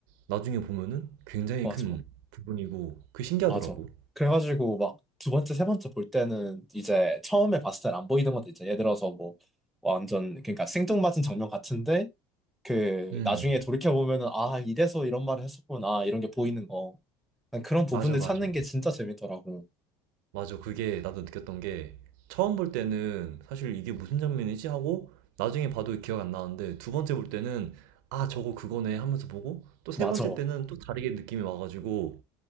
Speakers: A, on the right; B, in the centre.
A: 나중에 보면은 굉장히
B: 맞아.
A: 큰 부분이고 그게 신기하더라고.
B: 맞아. 그래가지고 막 두 번째, 세 번째 볼 때는 이제 처음에 봤을 땐 안 보이던 것도 있잖아. 예를 들어서 뭐 완전 그러니까 생뚱맞은 장면 같은데 그
A: 음,
B: 나중에 돌이켜 보면은 아 이래서 이런 말을 했었구나 이런 게 보이는 거. 난 그런 부분을
A: 맞아, 맞아.
B: 찾는 게 진짜 재밌더라고.
A: 맞아. 그게 나도 느꼈던 게 처음 볼 때는 사실 이게 무슨 장면이지 하고 나중에 봐도 기억 안 나는데 두 번째 볼 때는 아, 저거 그거네 하면서 보고 또 세
B: 맞아.
A: 번째
B: 어,
A: 때는 또 다르게 느낌이 와가지고